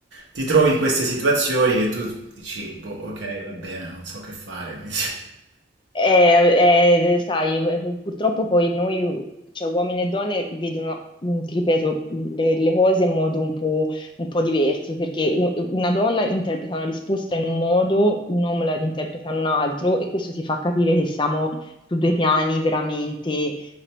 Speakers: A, on the right; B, on the left.
A: Ti trovi in queste situazioni che tu dici, boh, ok, va bene, non so che fare. <laughs>
B: Eh, eh, sai, pu- purtroppo poi noi, cioè uomini e donne, vedono, mm, ti ripeto, mm, le, le cose in modo un po', un po' diverso, perché u- una donna interpreta una risposta in un modo, un uomo la interpreta in un altro, e questo ti fa capire che siamo su due piani veramente.